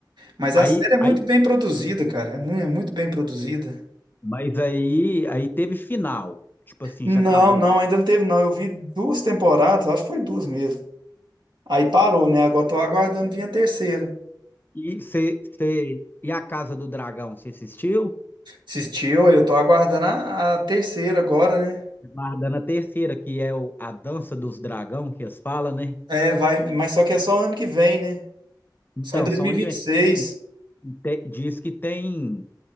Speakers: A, on the right; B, on the left.
A: Mas
B: Aí,
A: a série é muito
B: aí,
A: bem produzida, cara. É muito, é muito bem produzida.
B: mas aí, aí teve final. Tipo assim,
A: Não,
B: já acabou.
A: não, ainda não teve, não. Eu vi duas temporadas, acho que foi duas mesmo. Aí parou, né? Agora tô aguardando vir a terceira.
B: E, cê, cê- e a Casa do Dragão, você assistiu?
A: Assistiu, eu tô aguardando a, a terceira agora, né?
B: Guardando a terceira, que é o, a Dança dos Dragão, que eles falam, né?
A: É, vai, mas só que é só ano que vem, né?
B: Então,
A: Só em 2026.
B: só onde que vem. E te- Diz que tem,